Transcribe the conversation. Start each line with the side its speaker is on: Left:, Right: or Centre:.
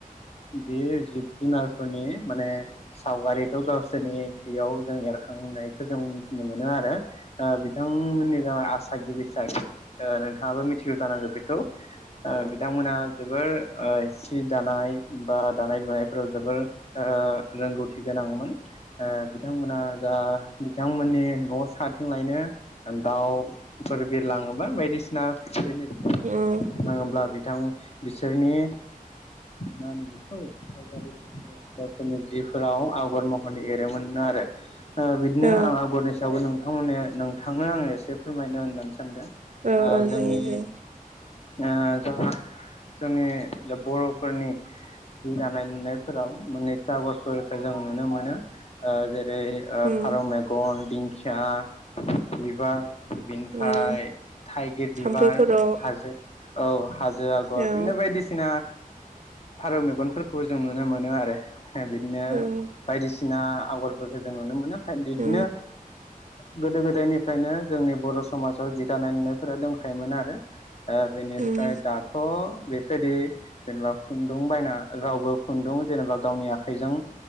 Left: बे जिब जुनारफोरनि माने सावगारिखौ गावसोरनि बेयाव जों एरखांनायखौ जों मिथिनो मोनो आरो ओ बिथांमोननि जाबाय आसागि सागि ओ नों नोंथाङाबो मिथिगौ जानांगौ बेखौ ओ बिथांमोना जोबोर सि दानाय बा दानाय लुनायफोराव जोबोर ओ रोंगौथि गोनांमोन ओ बिथांमोना जा बिथांमोननि न' सात थिं लायनो दाउफोर बिरलाङोबा बायदिसिना सिना
Right: औ
Left: <unintelligible> बिरलाङोब्ला बिथां बिसोरनि मा होनो बेखौ सावगारिफोरखौ गावसोरनि जिफोराव आवगर महरै ए मोननो आरो ओ बिदिनो
Right: औ
Left: आं आगरनि सायावबो नोंथ नोंथांमोनाने नोंथांनो आङो एसे फोरमायनो होननानैसै दा
Right: औ औ
Left: जोंनि
Right: जायो जायो
Left: ओ दा जोंनि बर'फोरनि जि दानाय-लुनायफोराव मोनैसो आगरफोरखौ जों नुनो मोनो अ जे जेरै
Right: उम
Left: फारौ मेगन, दिंखि सा बिबार बिनिफ्राय
Right: उम
Left: थाइगिर बिबार
Right: थाम्फै खर' औ
Left: हाजो औ हाजो आगर
Right: औ
Left: बिदिनो बायदिसिना फारौ मेगन खौ जों नुनो मोनो आरो। बिदिनो
Right: उम
Left: बायदिसि सिना आगरफोरखौ जों नुनो मोनो। बिदिनो
Right: उम
Left: गोदो गोदायनिफ्राय बेखायनो जोंनि बर' समाजाव जि दानाय लुनायफोरा दंखायोमोन आरो। बेनिफ्राय
Right: उम
Left: दाथ' बेबायदि जेनेबा खुन्दुं बायना रावबो खुन्दुं जेनेबा गावनि आखाइजों